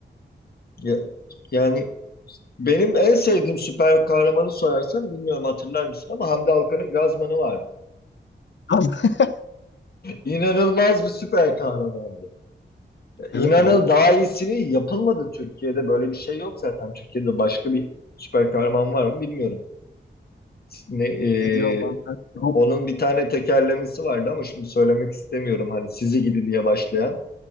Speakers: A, on the left (about 55°); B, on the left (about 70°).
A: Ya- yani benim en sevdiğim süper kahramanı sorarsan bilmiyorum hatırlar mısın ama Hamdi Alkan'ın Gazman'ı vardı.
B: <laughs>
A: İnanılmaz bir süper kahramandı. İnanıl
B: Evet abi.
A: daha iyisini yapılmadı Türkiye'de. Böyle bir şey yok zaten. Türkiye'de başka bir süper kahraman var mı bilmiyorum. Ne, e,
B: Ne diyor lan sen Sibop
A: onun bir tane tekerlemesi vardı ama şimdi söylemek istemiyorum. Hani sizi gidi diye başlayan.